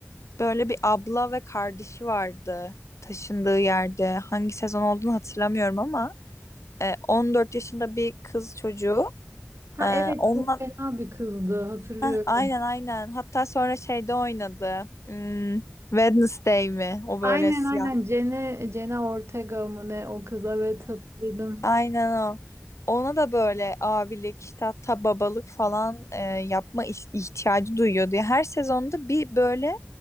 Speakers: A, on the left (about 80°); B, on the right (about 65°).
A: böyle bir abla ve kardeşi vardı taşındığı yerde. Hangi sezon olduğunu hatırlamıyorum ama e, 14 yaşında bir kız çocuğu.
B: Ha
A: E,
B: evet
A: onunla
B: çok fena bir kızdı hatırlıyorum.
A: Heh, aynen aynen. Hatta sonra şeyde oynadı. Hmm, Wednesday mi? O
B: Aynen
A: böyle siyah.
B: aynen Jenna, Jenna Ortega mı ne o kız evet hatırladım.
A: Aynen o. Ona da böyle abilik işte hatta babalık falan e, yapma iş- ihtiyacı duyuyordu. Ya Her sezonda bir böyle